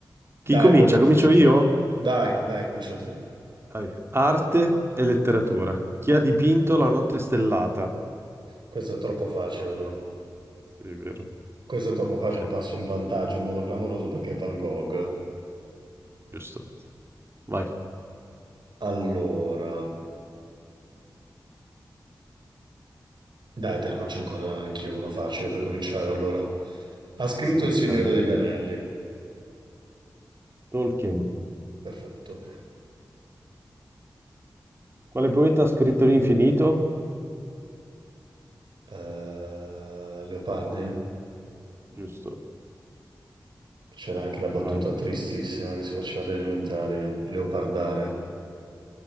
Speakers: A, on the right (about 35°); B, on the right (about 75°).
A: Chi
B: Dai,
A: comincia?
B: vu-
A: Comincio io?
B: dai, dai, comincia te.
A: Vai. Arte e letteratura. Chi ha dipinto La notte stellata?
B: Questo è troppo facile, bro.
A: Sì, è vero.
B: Questo è troppo
A: Però
B: facile,
A: sai,
B: passo in vantaggio in modo clamoroso perché è Van Gogh.
A: giusto. Vai.
B: Allora, dai, te ne faccio ancora anch'io uno facile per cominciare. Allora, ha scritto
A: Un
B: Il
A: riscaldamento.
B: Signore degli Anelli.
A: Tolkien.
B: Perfetto.
A: Quale poeta ha scritto l'infinito?
B: eh, Leopardi,
A: Giusto.
B: c'era anche la battuta
A: Vai.
B: tristissima che si faceva alle elementari, Leopardare.